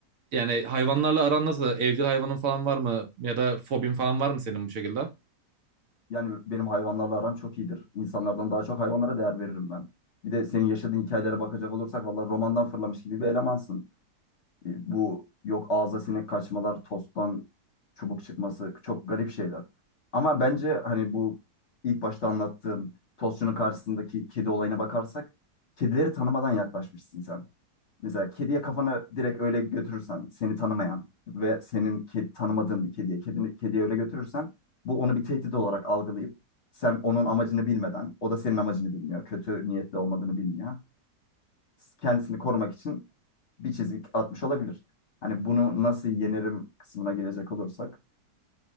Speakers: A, on the right (about 60°); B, on the left (about 50°).
A: yani hayvanlarla aran nasıl? Evcil hayvanın falan var mı? Ya da fobin falan var mı senin bu şekilde?
B: Yani benim hayvanlarla aram çok iyidir. İnsanlardan daha çok hayvanlara değer veririm ben. Bir de senin yaşadığın hikayelere bakacak olursak vallahi romandan fırlamış gibi bir elemansın. E, Bu yok ağza sinek kaçmalar, tosttan çubuk çıkması çok garip şeyler. Ama bence hani bu ilk başta anlattığım tostçunun karşısındaki kedi olayına bakarsak kedileri tanımadan yaklaşmışsın sen. Mesela kediye kafana direkt öyle götürürsen seni tanımayan ve senin ke- tanımadığın bir kediye kedi kediye öyle götürürsen bu onu bir tehdit olarak algılayıp sen onun amacını bilmeden o da senin amacını bilmiyor. Kötü niyetli olmadığını bilmiyor. Kendisini korumak için bir çizik atmış olabilir. Hani bunu nasıl yenerim kısmına gelecek olursak